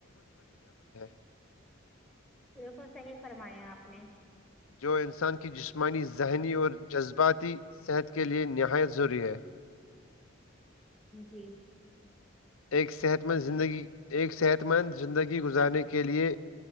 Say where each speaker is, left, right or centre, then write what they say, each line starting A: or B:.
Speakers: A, on the left (about 85°); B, in the centre.
A: <inaudible>
B: بالکل صحیح فرمایا آپ نے
A: جو انسان کی جسمانی ذہنی اور جذباتی صحت کے لیے نہایت ضروری ہے
B: جی
A: ایک صحت مند زندگی ایک صحت مند زندگی گزارنے کے لیے